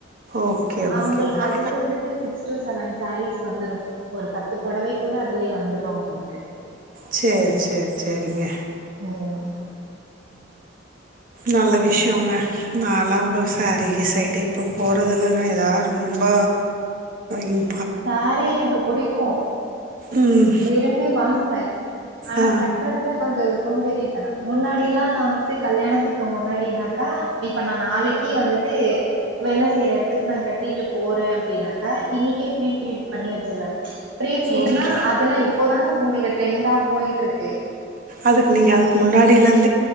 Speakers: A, on the right; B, on the right.
A: ஓகே ஓகே
B: அவங்களுக்கு
A: ஓகே
B: அதுவே வந்துட்டு சிக்ஸ் டு செவன் சாரீஸ் வந்துரும் ஒரு பத்து புடவைக்குள்ள அதுலயே வந்துரும் அவங்களுக்கு
A: சேரி சேரி செரிங்க
B: உம்
A: நல்ல விஷயங்க நான் ல்லாம் சாரி சைடே இப்போ போறதில்லங்க எதாவது ரொம்ப இம்
B: சாரி எனக்கு புடிக்கும்
A: ம்
B: விரும்பி வாங்குவேன் ஆனா
A: ஆ
B: கட்டுறதுல கொஞ்சோ சோம்பேரியத்தனம் முன்னாடியெல்லா நான் வந்துட்டு கல்யாணத்துக்கு முன்னாடினாக்கா இப்ப நான் நாளைக்கு வந்துட்டு வேல செய்யற இடத்துக்கு நான் கட்டிட்டு போறேன் அப்படின்னாக்கா இன்னிக்கு ப்ரீ ப்ளீட் பண்ணி வச்சிருவேன் ச்சு ப்ரீ ப்ளீட்னா
A: ஓகே
B: அதெல்லா இப்போதான உங்களுக்கு ட்ரெண்டா போயிட்டு இருக்கு
A: அதுக் நீங்க அதுக்கு முன்னாடியில இருந்